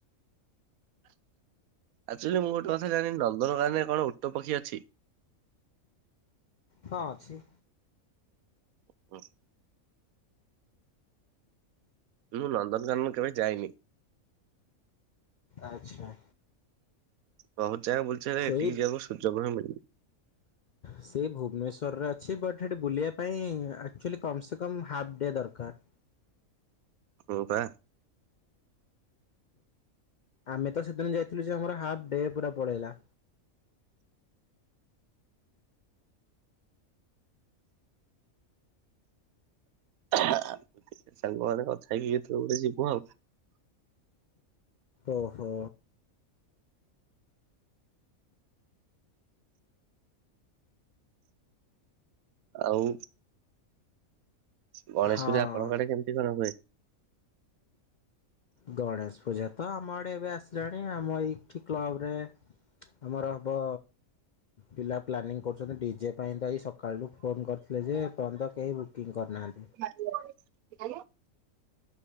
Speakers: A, on the right (about 80°); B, on the left (about 70°).
A: ଆକ୍ଚୁଆଲି ମୁଁ ଗୋଟେ କଥା ଜାଣି ନନ୍ଦନକାନରେ କଣ ଓଟ ପକ୍ଷୀ ଅଛି
B: ହଁ ଅଛି
A: ବସ୍ ମୁଁ ନନ୍ଦନକାନନ କେବେ ଯାଇନି
B: ଆ୍ଛା
A: ବହୁତ ଜାଗା ବୁଲଛ ହେ
B: ସେଇ
A: ଏଠିକି ଯିବାକୁ ସୁଯୋଗ ହଁ ମିଳିଲି
B: ସେ ଭୁବନେଶ୍ୱରରେ ଅଛି ବଟ୍ ସେଠି ବୁଲିବା ପାଇଁ ଆଚୁଲି କମ ସେ କମ ହାଫ ଡେ ଦରକାର
A: ର ବା
B: ଆମେ ତ ସେଦିନ ଯାଇଥିଲୁ ଯେ ଆମର ହାଫ୍ ଡେ ପୁରା ପଳେଇଲା
A: ସାଙ୍ଗମାନେ କଥା ହେଇକି କେତବେଳେ ଗୋଟେ ଯିବୁ ଆଉ
B: ଓହୋ
A: ଆଉ ଗଣେଶ
B: ହଁ
A: ପୂଜାପଣଙ୍କ ଆଡେ କେମିତି କଣ ହୁଏ
B: ଗଣେଶ ପୂଜା ତ ଆମ ଆଡେ ଏବେ ଆସିଲାଣି ଆମ ଏଇଠି କ୍ଲବ ରେ ଆମର ହବ ପିଲା ପ୍ଲାନିଂ କରୁଚନ୍ତି ଡିଜେ ପାଇଁ ତ ଏ ସକାଳୁ ଫୋନ୍ କରିଥିଲେ ଯେ ଏପନ୍ତ କେହି ବୁକିଂ କରିନାହାନ୍ତି।
A: <unintelligible>